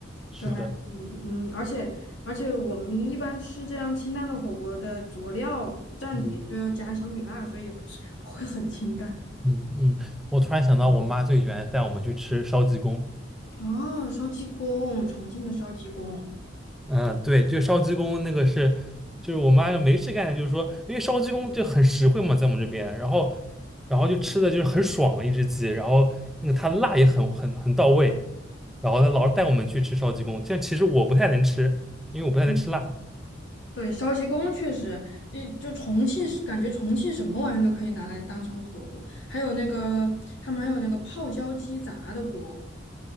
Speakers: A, in the centre; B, on the left (about 70°).
A: 是的，
B: 就还嗯嗯，而且而且我们一般吃这样清淡的火锅的佐料蘸碟就要加小米辣，
A: 嗯
B: 所以也不是不会很清淡。
A: 嗯嗯。我突然想到，我妈最喜欢带我们去吃烧鸡公，
B: 哦，烧鸡公，重庆的烧鸡公，
A: 嗯，对，就烧鸡公那个是，就是我妈就没事干，就是说，因为烧鸡公就很实惠嘛，在我们这边，然后，然后就吃的就是很爽一只鸡，然后那个它辣也很很很到位，然后她老是带我们去吃烧鸡公，但其实我不太能吃，因为我不太能吃辣，
B: 嗯对，烧鸡公确实，嗯，就重庆是感觉重庆什么玩意都可以拿来当成火锅，还有那个他们还有那个泡椒鸡杂的锅，